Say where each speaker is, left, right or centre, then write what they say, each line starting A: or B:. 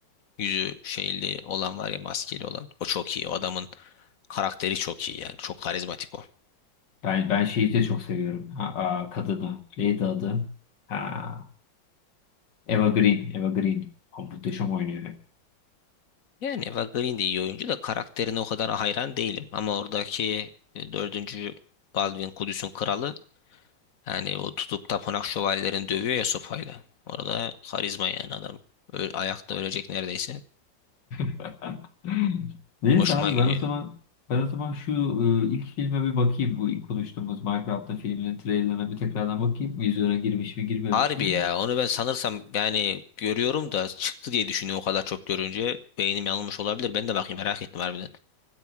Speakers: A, on the left; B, on the left.
A: Yüzü şeyli olan var ya maskeli olan. O çok iyi. O adamın karakteri çok iyi yani. Çok karizmatik o.
B: Ben ben şeyi de çok seviyorum. Ha, aa, kadını. Neydi adı? Ha, Eva Green. Eva Green. O muhteşem oynuyor.
A: Yani Eva Green de iyi oyuncu da karakterine o kadar hayran değilim. Ama oradaki e, dördüncü Baldwin Kudüs'ün kralı yani o tutup tapınak şövalyelerini dövüyor ya sopayla. Orada karizma yani adam. Ö- ayakta ölecek neredeyse.
B: <laughs> Neyse
A: Hoşuma
B: abi
A: gidiyor.
B: ben o zaman ben o zaman şu e, ilk filme bir bakayım. Bu ilk konuştuğumuz Minecraft'ta filminin trailerına bir tekrardan bakayım. Vizyona girmiş mi girmemiş
A: Harbi
B: mi?
A: ya onu ben sanırsam yani görüyorum da çıktı diye düşünüyorum o kadar çok görünce. Beynim yanılmış olabilir. Ben de bakayım merak ettim harbiden.